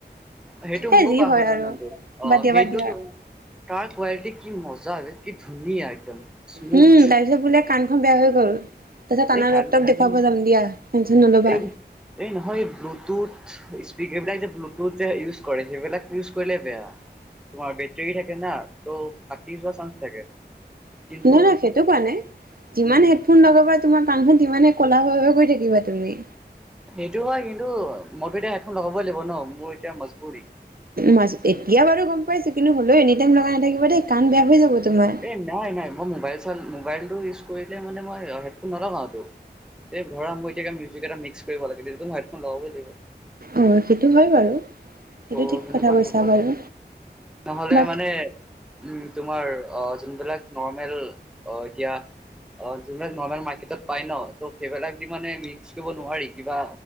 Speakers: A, in the centre; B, on the right.
A: সেইটো
B: সেই
A: ময়ো
B: যি
A: পাহৰিলো
B: হয় আৰু
A: নামটো অ
B: বাদ দিয়া
A: সেইটো
B: বাদ দিয়া।
A: তাৰ কোৱালিটি কি মজা বে, কি ধুনীয়া একদম। স্মুথ
B: হুম, তাৰপিছত বোলে কাণখন বেয়া হৈ গ'ল। তাৰপিছ কানৰ
A: এই গান
B: ডক্তৰক দেখাব যাম দিয়া টেনশ্যন নল'বা।
A: এই এই নহয় এ, ব্লুটুথ স্পিক এইবিলাক যে ব্লুটুথ যে ইউজ কৰে সেইবিলাক ইউজ কৰিলে বেয়া, তোমাৰ বেটাৰী থাকে না ত' ফাটি যোৱা চান্স থাকে। কিন্তু
B: নহ নহয় সেইটো কোৱা নাই। যিমান
A: উম
B: ফোন লগাবা তোমাৰ কাণখন তিমানে ক'লা হৈ গৈ থাকিবা তুমি।
A: সেইটোও হয়, কিন্তু মইতো এতিয়া হেডফোন লগাবই লাগিব ন' মোৰ এতিয়া মজবুৰি।
B: মাইছো, এতিয়া বাৰু গম পাইছোঁ কিন্তু হ'লেও এনি টাইম লগাই নাথাকিব দেই কাণ বেয়া হৈ যাব তোমাৰ।
A: এই নাই নাই, মই মোবাইল চ মোবাইলটো ইউজ কৰিলে মানে মই হেডফোন নলগাওটো এই ধৰা মই এতিয়া মিউজিক এটা মিক্স কৰিব লাগিল এইটো টাইমত হেডফোন লগাবই লাগিব।
B: অ' সেইটো হয় বাৰু। সেইটো
A: ত'
B: ঠিক
A: সেনেকুৱাতো
B: কৈছা
A: কথা
B: বাৰু
A: নহ'লে
B: বাক
A: মানে উম, তোমাৰ অ' যোনবিলাক নৰ্মেল এতিয়া অ' যিবিলাক নৰ্মেল মাৰ্কেটত পায় ন' ত' সেইবিলাক দি মানে মিক্স কৰিব নোৱাৰি কিবা